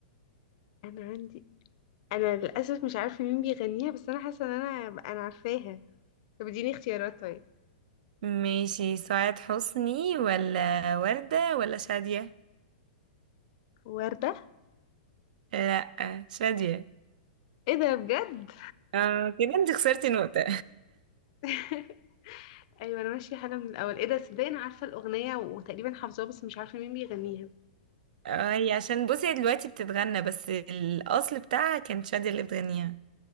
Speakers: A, on the left (about 50°); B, on the right (about 65°).
A: انا عندي انا للاسف مش عارفه مين بيغنيها بس انا حاسه ان انا انا عارفاها طب اديني اختيارات طيب
B: ماشي سعاد حسني ولا وردة ولا شادية
A: وردة
B: لا شادية
A: ايه ده بجد
B: اه كده انت خسرتي نقطة
A: <laughs> ايوه انا ماشيه حاله من الاول ايه ده صدقني انا عارفه الاغنيه وتقريبا حافظاها بس مش عارفه مين بيغنيها
B: <laughs> اه هي عشان بصي هي دلوقتي بتتغنى بس الاصل بتاعها كانت شادية اللي بتغنيها